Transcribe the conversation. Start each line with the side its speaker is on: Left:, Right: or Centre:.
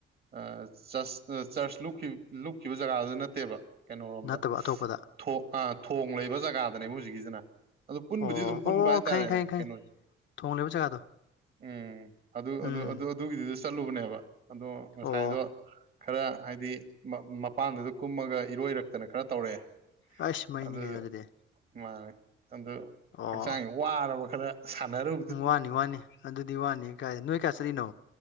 Right: ꯑ ꯆꯁ ꯑ ꯆꯔꯆ ꯂꯨꯞꯈꯤ-ꯂꯨꯞꯈꯤꯕ ꯖꯒꯥꯗꯨꯗ ꯅꯠꯇꯦꯕ ꯀꯩꯅꯣꯔꯣꯝꯗ
Left: ꯅꯠꯇꯕ ꯑꯇꯣꯞꯄꯗ
Right: ꯊꯣ ꯑꯥ ꯊꯣꯡ ꯂꯩꯕ ꯖꯒꯥꯗꯅꯦꯕ ꯍꯧꯖꯤꯛꯀꯤꯖꯤꯅ꯫ ꯄꯨꯟꯕꯨꯗꯤ
Left: ꯑꯣ
Right: ꯑꯗꯨꯝ ꯄꯨꯟꯕ
Left: ꯑꯣ ꯑꯣ
Right: ꯍꯥꯏꯇꯥꯔꯦ
Left: ꯈꯪꯉꯦ ꯈꯪꯉꯦ ꯈꯪꯉꯦ
Right: ꯀꯩꯅꯣ
Left: ꯊꯣꯡ ꯂꯩꯕ ꯖꯒꯥꯗꯣ
Right: ꯎꯝ ꯑꯗꯨ-ꯑꯗꯨ-ꯑꯗꯨ-ꯑꯗꯨꯒꯤꯗꯨꯗ
Left: ꯎꯝ
Right: ꯆꯠꯂꯨꯕꯅꯦꯕ ꯑꯗꯣ ꯉꯁꯥꯏꯗꯣ
Left: ꯑꯣ
Right: ꯈꯔ ꯍꯥꯏꯗꯤ ꯃ-ꯃꯄꯥꯟꯗꯨꯗ ꯀꯨꯝꯃꯒ ꯏꯔꯣꯏꯔꯛꯇꯅ ꯈꯔ ꯇꯧꯔꯛꯑꯦ꯫
Left: ꯍꯥꯢ ꯃꯩꯅꯤ
Right: ꯑꯗꯨ
Left: ꯀꯩꯅꯣ ꯑꯗꯨꯗꯤ
Right: ꯃꯥꯅꯦ ꯑꯗꯨ
Left: ꯑꯣ
Right: ꯍꯛꯆꯥꯡ ꯋꯥꯔꯕ ꯈꯔ ꯁꯥꯟꯅꯔꯨ
Left: ꯎꯝ ꯋꯥꯅꯤ-ꯋꯥꯅꯤ ꯑꯗꯨꯗꯤ ꯋꯥꯅꯤ ꯀꯥꯏꯗꯩ ꯅꯣꯏ ꯀꯌꯥ ꯆꯠꯂꯤꯅꯣ꯫